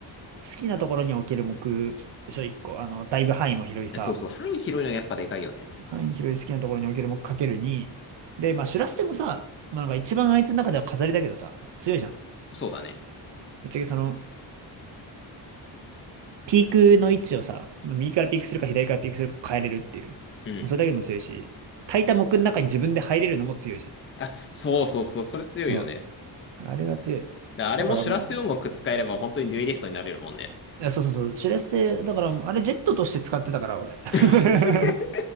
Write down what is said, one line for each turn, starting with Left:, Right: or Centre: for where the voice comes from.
Right: 好きなところに置ける目、でしょ、一個。あの、だいぶ範囲も広いさ。
Left: そうそう、範囲広いのがやっぱでかいよね。
Right: 範囲広い好きなところに置ける目かける2。で、まあ、シュラステもさ、まあ、なんか一番あいつの中では飾りだけどさ、強いじゃん。
Left: そうだね。
Right: ぶっちゃけその、ピークの位置をさ、右からピークするか左からピークするか変えれるっていう。
Left: うん。
Right: もうそれだけでも強いし、炊いた木の中に自分で入れるのも強いじゃん。
Left: あ、そうそうそう、それ強いよね。
Right: うん。あれが強い。
Left: であれもシュラステをうまく使えれば本当にデュエリストになれるもんね。
Right: だからもう、いや、そうそうそう。シュレステ、だからもう、あれジェットとして使ってたから、俺。<laughs>
Left: <laughs>